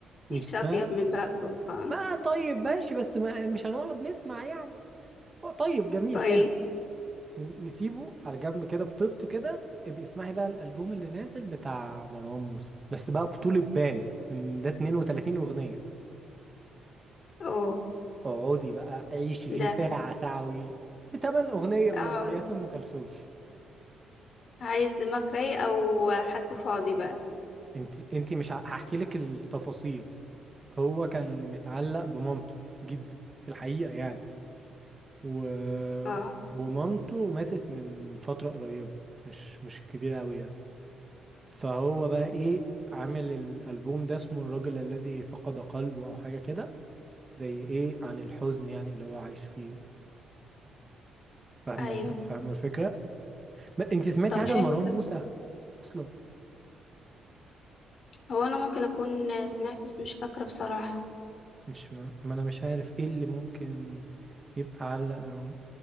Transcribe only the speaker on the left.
مفيش
أطيب من بهاء سلطان
طيب
أوه
ده
اه
عايز دماغ رايق أو حد فاضي بقى
اه
أيوه
طب
حلو
هو انا ممكن اكون سمعت بس مش فاكرة بصراحة